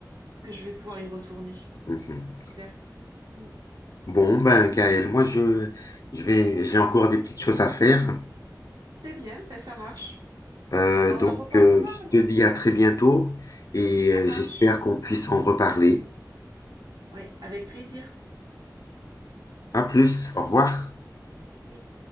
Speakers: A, on the right (about 75°); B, on the left (about 55°).
A: que je vais pouvoir y retourner.
B: mhm.
A: C'est clair. Mm.
B: Bon ben Gaël, moi je je vais j'ai encore des petites choses à faire.
A: C'est bien, bah, ça marche.
B: Euh,
A: Bah,
B: donc,
A: on en reparlera
B: euh, je
A: alors.
B: te dis à très bientôt et euh,
A: Ça marche.
B: j'espère qu'on puisse en reparler.
A: Ouais, avec plaisir.
B: À plus, au revoir.
A: Oui.